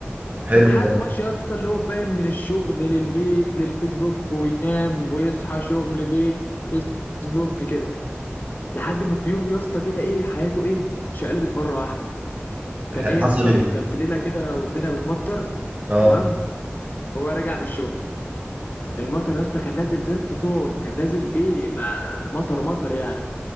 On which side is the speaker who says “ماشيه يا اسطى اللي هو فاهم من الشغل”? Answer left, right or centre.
Left